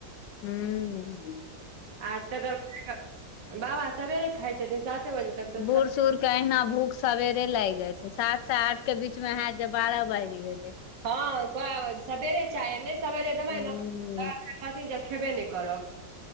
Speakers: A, on the left (about 80°); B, on the right (about 75°).
A: हुँ
B: आ तकर बाद बाबा सबेरे खाइ छथिन साते बजे तक तऽ
A: बुड़ - सुड़ कहिना भूख सबेरे लाइग जाइ छै सात से आठ केँ बीच मे हैत जे बारह बाइज गेलै
B: हँ कऽ सबेरे चाय नै सबेरे दबाइ
A: हूँ
B: न तऽ अखैन कहथिन जे खेबे नय करब